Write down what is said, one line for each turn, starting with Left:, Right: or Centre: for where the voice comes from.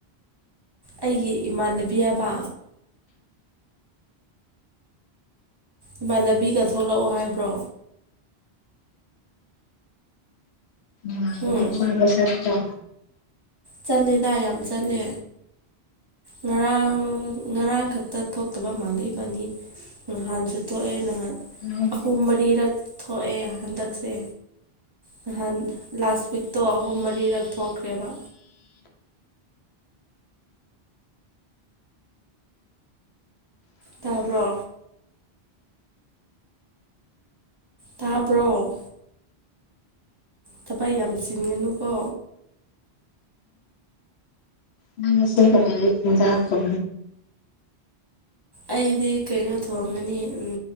Right: ꯑꯩꯒꯤ ꯏꯃꯥꯟꯅꯕꯤ ꯍꯥꯏꯕ ꯏꯃꯥꯟꯅꯕꯤꯒ ꯊꯣꯛꯂꯛꯑꯣ ꯍꯥꯏꯕ꯭ꯔꯣ
Left: <unintelligible>
Right: ꯎꯝ
Left: ꯁꯦꯇ꯭ꯔꯥ
Right: ꯆꯠꯂꯦꯗ ꯌꯥꯝ ꯆꯠꯂꯦ ꯉꯔꯥꯡ ꯉꯔꯥꯡ ꯈꯛꯇ ꯊꯣꯛꯇꯕ ꯃꯥꯂꯦ ꯏꯕꯅꯤ ꯅꯍꯥꯟꯁꯨ ꯊꯣꯛꯑꯦ ꯅꯍꯥꯟ
Left: ꯅꯪ
Right: ꯑꯍꯨꯝ ꯃꯔꯤꯔꯛ ꯊꯣꯛꯑꯦ ꯍꯟꯗꯛꯁꯦ ꯅꯍꯥꯟ ꯂꯥꯁ ꯋꯤꯛꯇꯣ ꯑꯍꯨꯝ ꯃꯔꯤꯔꯛ ꯊꯣꯛꯈ꯭ꯔꯦꯕ ꯇꯥꯕ꯭ꯔꯣ ꯇꯥꯕ꯭ꯔꯣ ꯊꯕꯩ ꯌꯥꯝ ꯆꯤꯟꯒꯅꯨꯀꯣ
Left: ꯅꯪ <unintelligible>
Right: ꯑꯩꯗꯤ ꯀꯩꯅꯣ ꯊꯣꯡꯒꯅꯤ ꯎꯝ